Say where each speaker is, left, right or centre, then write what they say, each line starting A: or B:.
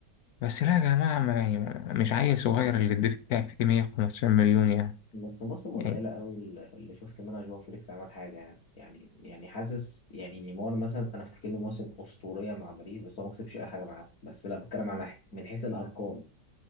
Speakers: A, on the left; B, on the left.
A: بس لا يا جماعة ما يعني مش عيل صغير اللي تدفع فيه 115 مليون يعني
B: بس موسم
A: يعني
B: قليلة قوي اللي اللي شفت منها جواو فيليكس عمل حاجة يعني يعني يعني حاسس يعني نيمار مثلا انا افتكر له موسم اسطورية مع باريس بس هو ما كسبش اي حاجة معاه بس لا بتكلم على من حيث الارقام